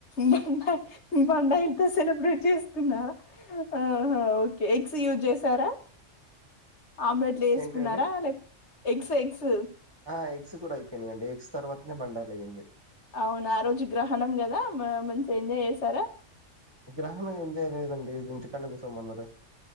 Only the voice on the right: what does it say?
ఏంటండి
ఆ ఎగ్స్ కూడా అయిపోయినాయండి ఎగ్స్ తర్వాతనే బండాయిల్ అయ్యంది
గ్రహం ఏం చేయలేదండి ఇంటి కళ కోసంమన్నారు